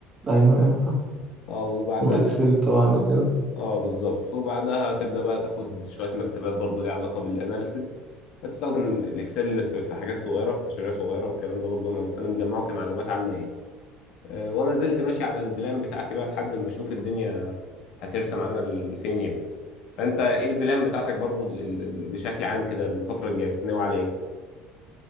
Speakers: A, on the right; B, on the left.
A: أيوه، أيوه فاهم،
B: آه، وبعدها
A: والإكسل طبعًا وكده.
B: اه بالظبط وبعدها هتبدا بقى تاخد شويه مكتبات برضو ليها علاقه بالاناليسز هتستخدم الاكسل في في حاجات صغيره في مشاريع صغيره والكلام ده برضو انا انا مجمعه كمعلومات عامه يعني آه، وما زلت ماشي على البلان بتاعتي بقى لحد ما اشوف الدنيا هترسم عنا لفين يعني فانت ايه البلان بتاعتك برضو ال- ال- ال- بشكل عام كده الفتره الجايه ناوي على ايه